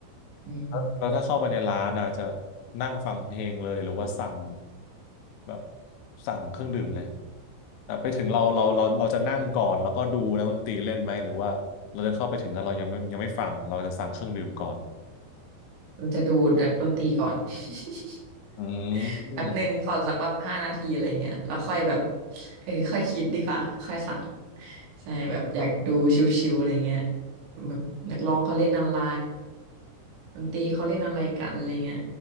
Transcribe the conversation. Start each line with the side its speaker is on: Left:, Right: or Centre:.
Right: อืม
Left: แล้วแล้วถ้าเข้าไปในร้านอ่ะจะนั่งฟังเพลงเลยหรือว่าสั่งแบบสั่งเครื่องดื่มเลยแต่ไปถึงเราเราเราเราจะนั่งก่อนแล้วก็ดูนะมักดนตรีเล่นไหมหรือว่าเราจะเข้าไปถึงแล้วเรายังไม่ยังไม่ฟังเราจะสั่งเครื่องดื่มก่อน
Right: มันจะดูดนักดนตรีก่อน <laughs>
Left: อื
Right: แบบหนึ่งขอสักแบบห้านาทีอะไรเงี้ยแล้วค่อยแบบ
Left: ม
Right: เออค่อยคิดดีกว่าค่อยสั่งใช่แบบอยากดูชิวๆอะไรเงี้ยแบบนักร้องเขาเล่นอะไรดนตรีเขาเล่นอะไรกันอะไรเงี้ย